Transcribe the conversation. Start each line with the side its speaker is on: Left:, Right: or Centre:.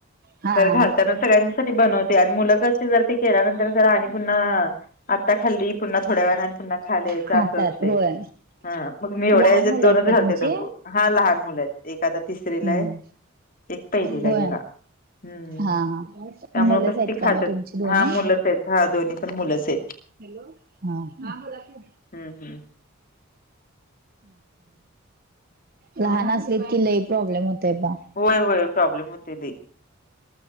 Right: हा
Left: घर घालतानाच सगळसाठी बनते मु ज के पु आता खाली पु थोड्या व पुना खालेच
Right: खातात
Left: अस असते
Right: होय.
Left: ह मग मी एवढ्या
Right: लहान
Left: हच्यात
Right: मुलं
Left: दोनच
Right: आहेत का
Left: घालते
Right: तुमची?
Left: डबू हा लहान मुलं आहेत एक आता तिसरीला
Right: हम्म.
Left: आहे एक पहिलीला
Right: होय
Left: गेला हम्म
Right: हा
Left: त्यामु
Right: हा मुलंच
Left: कस
Right: आहेत
Left: त
Right: का
Left: खातात
Right: मग तुमची दोन्ही?
Left: हा मुलंच आहेत हा दोन्ही पण मुलंच आहेत
Right: हॅलो का बोला य
Left: हम्म हम्म
Right: लहना
Left: हा
Right: क किल्लाही प्रॉब्लेम होत आहे बाबा
Left: होय होय प्रॉब्लेम होते दे